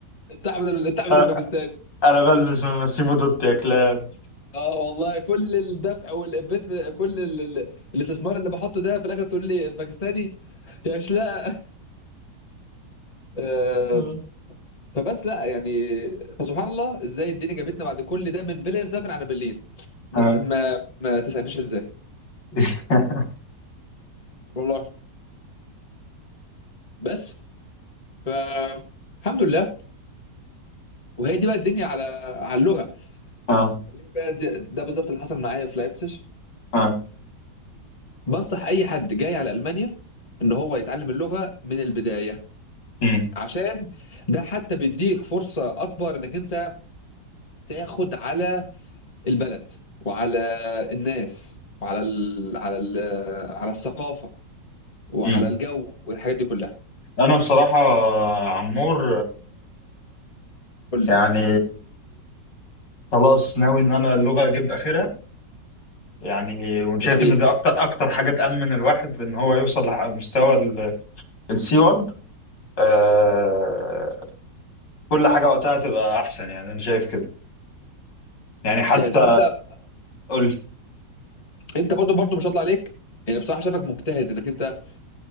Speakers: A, on the left; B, on the left.
A: انت احمد ال- انت احمد
B: انا
A: الباكستاني
B: أنا بلبس من ماسيمو دوتي يا كلاب
A: اه والله كل الدفع والانفستمنت كل ال- ال- الاستثمار اللي بحطه ده في الاخر تقول لي باكستاني يا شلاء آم،
B: آه.
A: فبس لا يعني فسبحان الله ازاي الدنيا جابتنا بعد كل ده من فيلا مسافر على برلين ما
B: آه.
A: تس- ما, ما تسالنيش ازاي
B: <laughs>
A: والله بس فالحمد لله وهي دي بقى الدنيا على على اللغه
B: آه.
A: وهي بقى ده, ده بالظبط اللي حصل معايا في لايبسج
B: آه.
A: وبنصح اي حد جاي على المانيا ان هو يتعلم اللغه من البدايه
B: مم.
A: عشان ده حتى بيديك فرصه اكبر انك انت تاخد على البلد وعلى الناس وعلى ال... على ال... على الثقافه وعلى
B: مم.
A: الجو والحاجات دي كلها
B: انا بصراحه عمور
A: قول لي
B: يعني خلاص ناوي ان انا اللغه اجيب اخرها يعني وشايف
A: جميل
B: ان دي اكتر اكتر حاجه تامن الواحد بان هو يوصل لمستوى السي 1 آه كل حاجه وقتها تبقى احسن يعني انا شايف كده يعني
A: ممتاز
B: حتى
A: وانت
B: قول لي.
A: انت برضو برضو ما شاء الله عليك يعني بصراحه شافك مجتهد انك انت